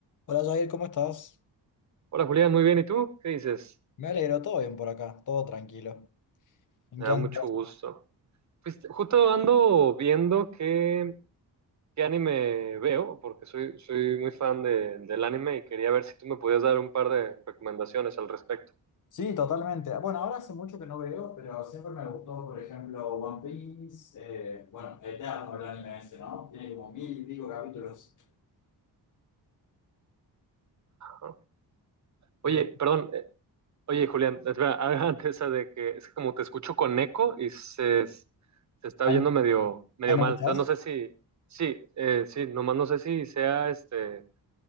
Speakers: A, on the left; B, on the right.
A: Hola Jair, ¿cómo estás?
B: Hola Julián, muy bien. ¿Y tú? ¿Qué dices?
A: Me alegro, todo bien por acá, todo tranquilo. ¿En
B: Me
A: qué
B: da
A: andas?
B: mucho gusto. Pues justo ando viendo qué, qué anime veo, porque soy, soy muy fan de- del anime y quería ver si tú me podías dar un par de recomendaciones al respecto.
A: Sí, totalmente. Bueno, ahora hace mucho que no veo, pero siempre me gustó, por ejemplo, One Piece, eh, bueno, Eterno, el anime ese, ¿no? Tiene como mil y pico capítulos.
B: ¿no?
A: Pero,
B: Oye, perdón, eh, oye Julián, espera, <laughs> antes de que es que como te escucho con eco y se, se está
A: ¿Ahí,
B: oyendo medio, medio
A: ahí me
B: mal.
A: escuchás?
B: Entonces no sé si, sí, eh, sí, nomás no sé si sea este,